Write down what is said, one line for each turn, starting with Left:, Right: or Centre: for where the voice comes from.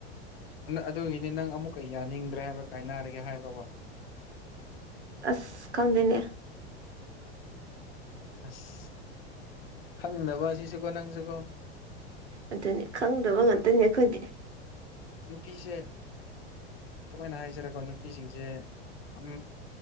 Left: ꯑꯗꯨꯒꯤꯅꯤ ꯅꯪ ꯑꯃꯨꯛꯀ ꯌꯥꯅꯤꯡꯗ꯭ꯔꯦ ꯍꯥꯏꯕ꯭ꯔꯥ ꯀꯥꯏꯅꯔꯒꯦ ꯍꯥꯏꯕ꯭ꯔꯣꯕ
Right: ꯑꯁ ꯈꯪꯗꯦꯅꯦ
Left: ꯑꯁ ꯈꯪꯅꯕ ꯑꯁꯤꯁꯨꯀꯣ ꯅꯪꯁꯨꯀꯣ
Right: ꯑꯗꯨꯅꯤ ꯈꯪꯗꯕ ꯉꯥꯛꯇꯅꯤ ꯑꯩꯈꯣꯏꯗꯤ
Left: ꯅꯨꯄꯤꯁꯦ ꯀꯃꯥꯏꯅ ꯍꯥꯏꯖꯔꯦꯀꯣ ꯅꯨꯄꯤꯁꯤꯡꯁꯦ ꯑꯝ